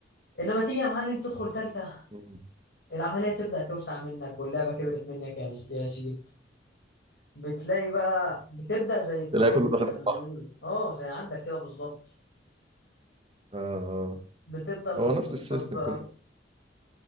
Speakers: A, on the left; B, on the right.
A: انما تيجي يا معلم تدخل تالتة
B: مم.
A: العملية تبدأ توسع منك واللعبة كبرت منك يا مس- يا ياسين بتلاقي بقى بتبدأ زي التخصص
B: تلاقي كله داخل في
A: زي ما بيقولوا
B: بعض
A: اه زي عندك كده بالظبط
B: آه.
A: بتبدأ تتخصص
B: هو نفس السيستم
A: بقى
B: كله